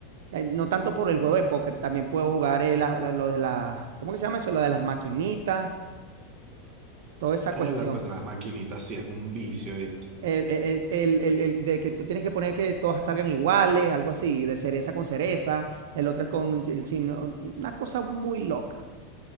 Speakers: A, on the right; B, on the right.
A: Eh, No tanto por el juego de póker, también puedo jugar eh, la- la- lo de las, ¿cómo que se llama eso? Lo de las maquinitas, toda esa cuestión.
B: Ah, la- las maquinitas sí es un vicio, ¿viste?
A: El, el- el- el- el de que tú tienes que poner que todas salgan iguales, algo así, de cereza con cereza, el otro es con, sin- una cosa muy loca.